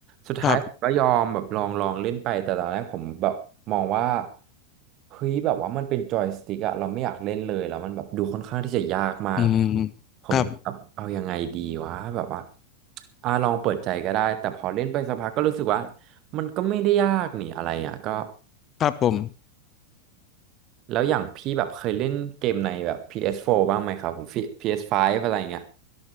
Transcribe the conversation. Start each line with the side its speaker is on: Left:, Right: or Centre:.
Right: สุดท้ายผมก็ยอมแบบลองลองเล่นไปแต่ตอนแรกผมแบบมองว่า
Left: ครับ
Right: เฮ้ยแบบว่ามันเป็นจอยสติ๊กอะเราไม่อยากเล่นเลยแล้วมันแบบดูค่อนข้างที่จะยากมาก
Left: อืม
Right: ผมก็แบบเอายังไงดีวะแบบว่า
Left: ครับ
Right: อ่าลองเปิดใจก็ได้แต่พอเล่นไปสักพักก็รู้สึกว่ามันก็ไม่ได้ยากนี่อะไรอ่ะก็
Left: ครับผม
Right: แล้วอย่างพี่แบบเคยเล่นเกมในแบบ PS4 บ้างไหมครับผมฟไ p s ์อะไรเงี้ย